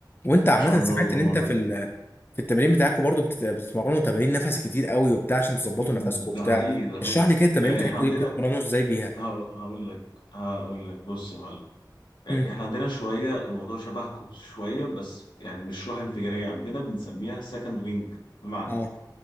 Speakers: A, on the left (about 30°); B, on the left (about 90°).
A: وانت عامة
B: ما شاء الله
A: سمعت
B: اللهم
A: ان انت
B: بارك
A: في ال في التمارين بتاعكم برضو بتت- بتتمرنوا تمارين نفس كتير قوي وبتاع عشان تظبطوا
B: أمم،
A: نفسكم وبتاع
B: ده حقيقي ده حقيقي
A: اشرح لي كده التمارين
B: يعني
A: بتاعكم
B: احنا عندنا
A: دي بتتمرنوا ازاي بيها
B: هق- هقول لك هقول لك بص يا معلم يعني
A: مم.
B: احنا عندنا شوية الموضوع شبهكم شوية بس يعني مش روح انفجارية عندنا بنسميها سكند وينج بمعنى
A: اه